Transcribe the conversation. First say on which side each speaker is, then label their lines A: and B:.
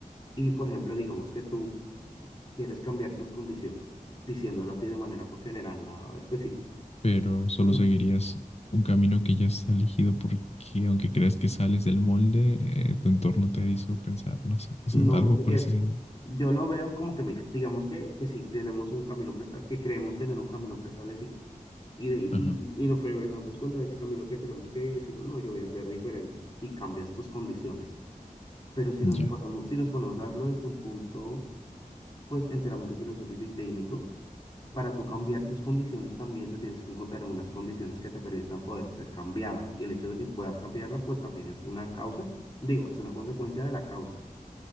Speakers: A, on the left; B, on the left.
A: Y, por ejemplo, digamos que tú quieres cambiar tus condiciones, diciéndolo así de manera pues general, nada específico.
B: pero solo
A: Mm,
B: seguirías un camino que ya está elegido porque aunque creas que sales del molde, eh, tu entorno te hizo pensar, no sé, eso
A: No,
B: es algo
A: porque
B: por ese sí.
A: yo lo veo como que, mira, digamos que, que sí tenemos un camino presta que creemos tener un camino preestablecido. Y, de, y,
B: Ajá,
A: y nos rebelamos contra ese camino que tenemos que ir y decimos, no, yo voy a ser diferente. Y cambias tus condiciones. Pero si nos
B: ya,
A: ponemos, si nos ponemos a verlo desde un punto pues enteramente filosófico y técnico. Para tú cambiar tus condiciones también te tienes que encontrar en unas condiciones que te permitan poder ser cambiadas. Y el hecho de que puedas cambiarla, pues también es una causa, digo, es una consecuencia de la causa.